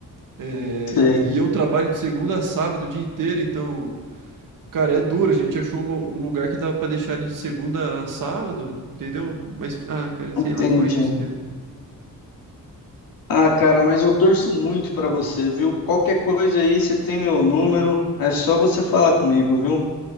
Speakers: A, on the right; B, on the left.
A: É,
B: sei.
A: e, e eu trabalho de segunda a sábado o dia inteiro, então, cara, é duro. A gente achou um, lu- um lugar que dava pra deixar ele de segunda a sábado, entendeu? Mas, ah, cara, sei
B: Entendi.
A: lá, foi isso, entendeu?
B: Ah, cara, mas eu torço muito pra você, viu? Qualquer coisa aí, você tem meu número. É só você falar comigo, viu?